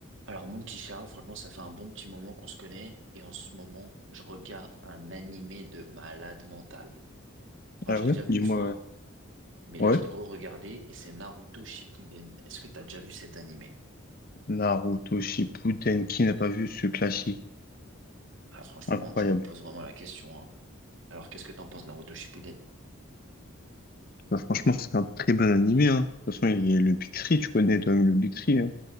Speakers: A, on the right; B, on the left.
A: Alors, mon petit Charles, franchement, ça fait un bon petit moment qu'on se connaît. Et en ce moment, je regarde un animé de malade mental. Enfin,
B: Ah
A: je l'ai
B: ouais?
A: déjà vu
B: Dis-moi,
A: une fois, hein,
B: ouais.
A: mais
B: Ouais.
A: là, je l'ai re-regardé et c'est Naruto Shippuden. Est-ce que tu as déjà vu cet animé?
B: Naruto Shippuden, qui n'a pas vu ce classique?
A: Ah, franchement,
B: Incroyable.
A: je me pose vraiment la question, hein. Alors, qu'est-ce que t'en penses, de Naruto Shippuden?
B: Bah, franchement, c'est un très bon animé, hein. De toute façon, il y a le Big Three, tu connais toi-même le Big Three, hein.